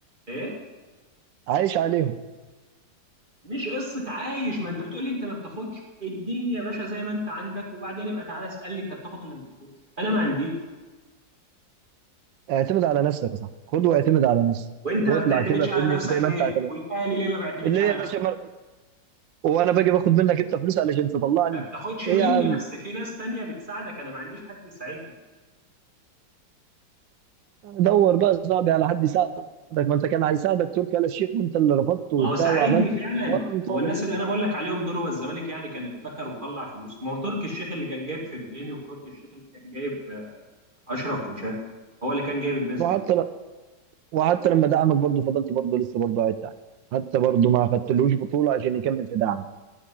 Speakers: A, on the right; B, on the right.
A: ايه
B: عايش عليهم
A: مش قصة عايش ما انت بتقولي انت ما بتاخدش اديني يا باشا زي ما انت عندك وبعدين ابقى تعالى اسألني انت بتاخد ولا ما بتاخدش انا ما عنديش
B: اعتمد على نفسك يا صاحبي خد واعتمد على نفسك
A: وانت
B: واطلع
A: ما بتعتمدش
B: كده فاهمني
A: على نفسك
B: زي ما
A: ليه
B: انت اعتمد
A: والاهلي ليه ما بيعتمدش
B: اللي
A: على
B: هي يا
A: نفسه
B: باشا مر... وانا باجي باخد منك انت فلوس علشان تطلعني
A: ما بتاخدش
B: ايه
A: مني
B: يا عم
A: بس في ناس تانية بتساعدك انا ما عنديش حد يساعدني
B: دور بقى يا صاحبي على حد يساعدك ما انت كان هيساعدك تركي آل الشيخ وانت اللي رفضته
A: ما
B: وبتاع
A: هو ساعدني
B: وعملت
A: فعلا
B: وقام طالع.
A: هو الناس اللي انا بقول لك عليهم دول هو الزمالك يعني كان ابتكر وطلع فلوس ما هو تركي الشيخ اللي كان جايب فرجاني وتركي الشيخ اللي كان جايب آه، اشرف بن شرقي هو اللي كان جايب الناس
B: وحتى
A: دي
B: ل... وحتى لما دعمك برضه فضلت برضه لسه برضه قاعد تحت حتى برضه ما خدتلوش بطولة عشان يكمل في دعمك